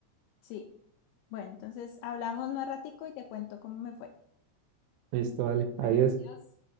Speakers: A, on the left (about 85°); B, on the right (about 80°).
A: Sí, bueno, entonces hablamos más ratico y te cuento cómo me fue.
B: Listo, vale. Adiós.
A: Bueno, adiós.